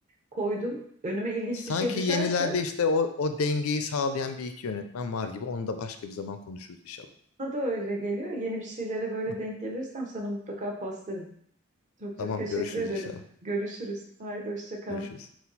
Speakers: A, on the right (about 35°); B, on the left (about 75°).
A: koydum. Önüme ilginç
B: Sanki
A: bir şey düşerse
B: yenilerde işte o, o dengeyi sağlayan bir iki yönetmen var gibi. Onu da başka bir zaman konuşuruz inşallah.
A: bana da öyle geliyor. Yeni bir şeylere
B: <laughs>
A: böyle denk gelirsem sana mutlaka paslarım. Çok
B: Tamam
A: çok teşekkür
B: görüşürüz
A: ederim.
B: inşallah.
A: Görüşürüz. Haydi hoşça kal.
B: Görüşürüz.